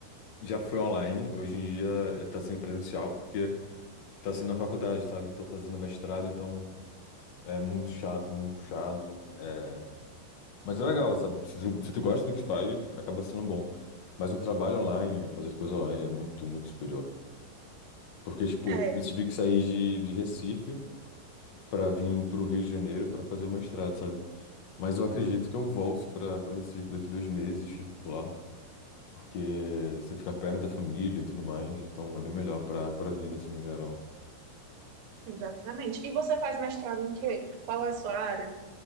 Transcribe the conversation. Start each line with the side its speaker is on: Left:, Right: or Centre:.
Left: já foi online. Hoje em dia eh, tá sendo presencial, porque tá sendo na faculdade, sabe? Eu tô fazendo mestrado, então... É muito chato, muito puxado. É... Mas é legal, sabe? Se tu, se tu gosta do que faz, acaba sendo bom. Mas um trabalho online, fazer coisa online é muito, muito superior. Porque, tipo,
Right: É,
Left: eu tive que sair de, de Recife pra vir pro Rio de Janeiro pra fazer o mestrado, sabe? Mas eu acredito que eu volte pra, pra Recife daqui dois meses, fico por lá. Porque você fica perto da família e tudo mais, então é bem melhor pra, pra vida, assim, no geral.
Right: exatamente. E você faz mestrado em quê? Qual é a sua área?